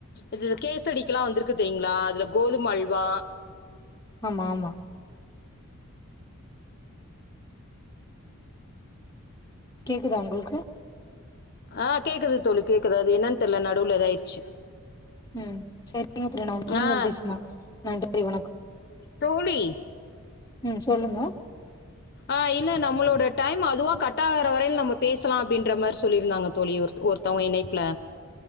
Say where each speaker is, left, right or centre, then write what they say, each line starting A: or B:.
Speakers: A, on the left; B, on the left.
A: இ கேசடிக்கெல்லா வந்திருக்கு தெரியுங்களா அதுல கோதுமல்வா
B: ஆமா ஆமா கேக்குதா உங்ளுக்கு
A: ஆ கேக்குது தோழி கேக்குது அது என்னனு தெரில நடுவுல இதாயிருச்சு
B: ம் சேரிங்க <unintelligible>
A: ஆ
B: பேசலா நன்றி வணக்கம்
A: தோழி
B: ம் சொல்லுங்க
A: ஆ இல்ல நம்மளோட டைம் அதுவா கட்டாகற வரையில நம்ம பேசலா அப்டின்ற மாரி சொல்லிருந்தாங்க தோழி ஒர் ஒருத்தவுங்க இணைப்ல